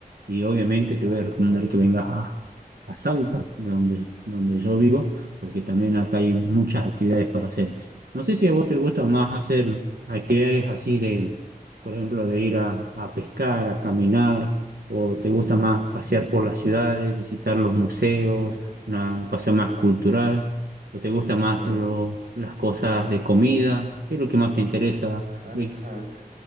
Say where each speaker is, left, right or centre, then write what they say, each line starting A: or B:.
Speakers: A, on the right; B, on the right.
A: Y obviamente te
B: Oh,
A: voy a recomendar
B: qué cool.
A: que
B: ujú.
A: vengas a Salta, donde, donde yo vivo, porque también acá hay muchas actividades para hacer. No sé si a vos te gusta más hacer actividades así de, por ejemplo, de ir a, a pescar, a caminar, o te gusta más pasear por las ciudades, visitar los museos,
B: Eh,
A: una- un paseo más cultural, o te gusta más
B: sí,
A: lo- las cosas de comida. ¿Qué es lo que más te interesa,
B: ajá.
A: Luis?